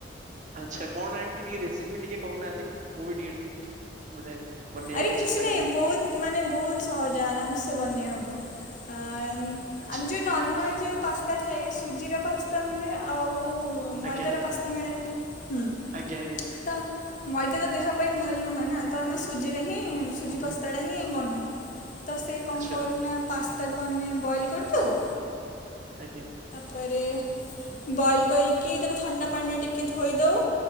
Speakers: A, on the right; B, on the left.
A: ଆଚ୍ଛା କହୁନାହାନ୍ତି ଟିକେ ରେସିପି ଟିକେ। କହୁନାହାନ୍ତି ମୁଁ ବି ଟିକେ ମାନେ ବନେଇବାକୁ
B: ଆରେ କିଛି
A: ଚେଷ୍ଟା
B: ନାଇଁ
A: କରିବି
B: ବହୁତ ମାନେ ବହୁତ ସହଜ ଆରାମସେ ବନେଇ ହବ। ବ ଆ
A: ଆଚ୍ଛା
B: ଆମ ଯଉ ନର୍ମାଲ ଯଉ ପାସ୍ତା ଥାଏ ସୁଜି ଜିରା ପାସ୍ତା ମିଳେ ଆଉ ଓ
A: ଆଜ୍ଞା।
B: ମଇଦାର ପାସ୍ତା ମିଳେ। ହୁଁ
A: ଆଜ୍ଞା ଆଜ୍ଞା
B: ତ। ମଇଦା ତ ଦେହ ପାଇଁ ଭଲ ନୁହଁ ନା ତ ଆମେ ସୁଜି ରେ ହିଁ ସୁଜି
A: ହୁଁ ହୁଁ
B: ପାସ୍ତା ଟା ହିଁ ବନଉ। ତ ସେ କଣ
A: ଆଚ୍ଛା
B: କରୁନା ପା ତାକୁ ଆମେ ବଏଲ କରିଦଉ।
A: ଆଜ୍ଞା।
B: ପରେ ବଏଲ କରିକି ତାକୁ ଥଣ୍ଡା ପାଣିରେ ଟିକେ ଧୋଇ ଦଉ।